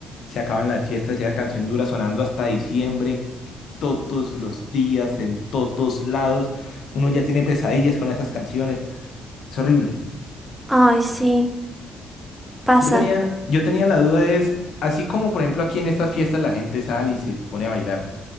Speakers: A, on the left (about 70°); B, in the centre.
A: se acaban las fiestas y la canción dura sonando hasta diciembre, todos los días, en todos lados. Uno ya tiene pesadillas con esas canciones. Es horrible.
B: Ay, sí, pasa.
A: Yo tenía, yo tenía la duda es, así como por ejemplo aquí en estas fiestas la gente sale y se pone a bailar,